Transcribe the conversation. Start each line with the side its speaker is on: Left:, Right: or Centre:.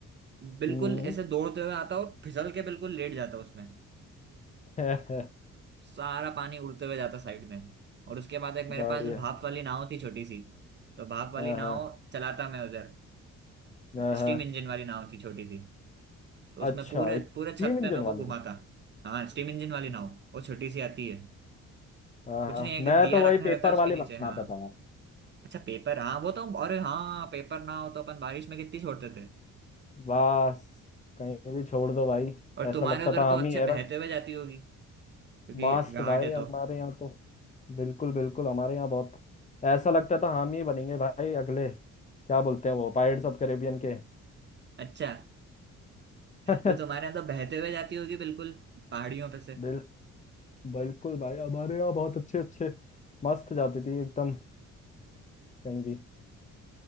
Right: बिल्कुल
Left: हम्म
Right: ऐसे दौड़ते हुए आता और फिसल के बिल्कुल लेट जाता उसमें
Left: <laughs> क्या
Right: सारा पानी उड़ते हुए जाता साइड में और उसके बाद एक मेरे
Left: बढ़िया
Right: पास भाप वाली नाव थी छोटी सी तो भाप वाली
Left: हाँ
Right: नाव
Left: हाँ
Right: चलाता मैं उधर
Left: हाँ
Right: स्टीम
Left: हाँ
Right: इंजन वाली नाव थी छोटी सी तो उसमें
Left: अच्छा
Right: पूरे
Left: स्टीम
Right: पूरे छत पे
Left: इंजन
Right: मैं वो
Left: वाले
Right: घुमाता
Left: भी
Right: हाँ स्टीम इंजन वाली
Left: हाँ।
Right: नाव वो छोटी सी आती है
Left: हाँ
Right: कुछ
Left: हाँ
Right: नहीं एक
Left: मैं
Right: दिया
Left: तो वही
Right: रखना
Left: पेपर
Right: रहता है उसके
Left: वाले
Right: नीचे
Left: बनाता
Right: हाँ
Left: था यार
Right: अच्छा पेपर हाँ वो तो अरे हाँ पेपर ना हो तो अपन बारिश में कितनी छोड़ते थे
Left: बस कहीं भी छोड़ दो भाई
Right: और
Left: ऐसा
Right: तुम्हारे
Left: लगता
Right: उधर
Left: था
Right: तो
Left: हम
Right: अच्छे
Left: ही है
Right: बहते
Left: बस
Right: हुए जाती होगी क्योंकि
Left: मास्ट
Right: घाट
Left: भाई
Right: है
Left: हमारे
Right: तो
Left: यहाँ तो बिल्कुल बिल्कुल हमारे यहाँ बहुत ऐसा लगता था हम ही बनेंगे भाई अगले क्या बोलते हैं वो पायरेट्स ऑफ कैरेबियन के
Right: अच्छा <laughs>
Left: <laughs>
Right: तो तुम्हारे यहाँ तो बहते हुए जाती होगी बिल्कुल पहाड़ियों पे से
Left: बिल बिल्कुल भाई हमारे यहाँ बहुत अच्छे अच्छे मस्त जाती थी एकदम कहीं भी